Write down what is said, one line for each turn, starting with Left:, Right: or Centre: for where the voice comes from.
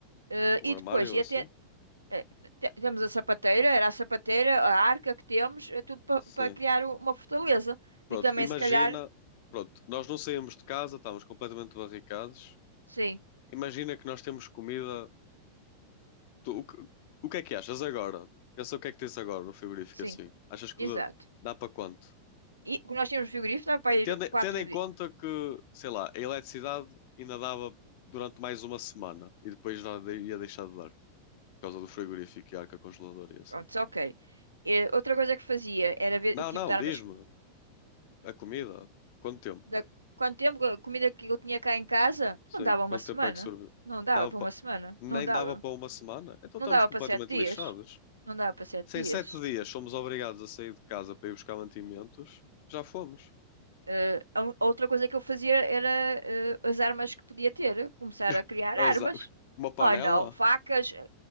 Right: Eh,
Left: Com
Right: e
Left: o armário
Right: depois, e
Left: assim?
Right: até, eh, te- temos a sapateira, era a sapateira, a arca que temos, é tudo
Left: Sim.
Right: para criar u- uma fortaleza.
Left: Pronto,
Right: E também,
Left: imagina.
Right: se calhar,
Left: Pronto, nós não saímos de casa, estávamos completamente barricados.
Right: sim,
Left: Imagina que nós temos comida. Tu- o, que, o que é que achas agora? Pensa o que é que tens agora no frigorífico
Right: sim,
Left: assim. Achas que
Right: exato.
Left: dá, dá para quanto?
Right: E o que nós tínhamos frigorífico, dava para
Left: Tendo,
Right: ir quatro
Left: tendo em conta
Right: dias.
Left: que, sei lá, a eletricidade ainda dava durante mais uma semana e depois já de- ia deixar de dar, por causa do frigorífico e arca congeladora e assim.
Right: Pronto, ok. Eh, outra coisa que fazia era ver
Left: Não,
Right: o
Left: não,
Right: tipo de
Left: diz-me,
Right: armas.
Left: a comida, quanto tempo?
Right: Da, quanto tempo a comida que eu tinha cá em casa?
Left: Sim,
Right: Não dava uma
Left: quanto
Right: semana.
Left: tempo é que serviu?
Right: Não dava
Left: Dava
Right: para
Left: pa-
Right: uma semana.
Left: Nem
Right: Não dava.
Left: dava para uma semana? Então
Right: Não
Left: estamos
Right: dava
Left: completamente
Right: para sete dias.
Left: lixados.
Right: Não dava para sete
Left: Se em
Right: dias.
Left: sete dias somos obrigados a sair de casa para ir buscar mantimentos, já fomos.
Right: Eh, a- un- a outra coisa que eu fazia era eh, as armas que podia ter, começar
Left: <laughs>
Right: a criar
Left: Azar.
Right: armas.
Left: Uma panela?
Right: Oh não, facas,